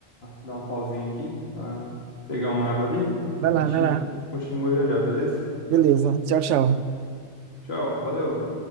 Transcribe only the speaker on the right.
Vai lá,
vai
lá.
Beleza. Tchau, tchau.